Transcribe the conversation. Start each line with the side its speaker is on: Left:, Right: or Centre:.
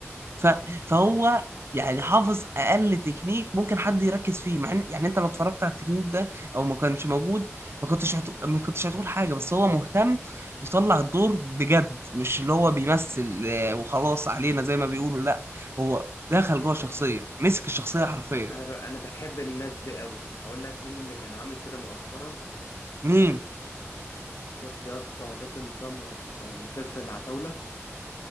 Right: ف...
Left: مم.
Right: فهو يعني حافظ اقل تكنيك ممكن حد يركز فيه مع إن- يعني انت لو اتفرجت على التكنيك ده او ما كانش موجود ما كنتش هتقول ما كنتش هتقول حاجه بس هو مهتم يطلع الدور بجد مش اللي هو بيمثل آه، وخلاص علينا زي ما بيقولوا لا هو دخل جوه الشخصيه مسك الشخصيه حرفيا
Left: انا ب... انا بحب الناس دي قوي هقول لك مين اللي كان عامل كده مؤخرا
Right: مين
Left: شفت يا اسطى باسم سمره في مسلسل العتاوله